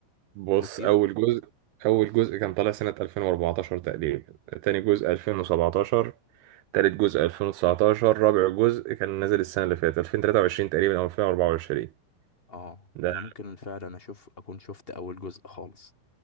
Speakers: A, on the right; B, on the left.
A: بص
B: بقاله كتير
A: أول جزء أول جزء كان طالع سنة 2014 تقريبا تاني جزء 2017 تالت جزء 2019 رابع جزء كان نازل السنة اللي فاتت 2023 تقريبا أو 2024
B: اه
A: ده
B: انا ممكن فعلا اشوف اكون شفت اول جزء خالص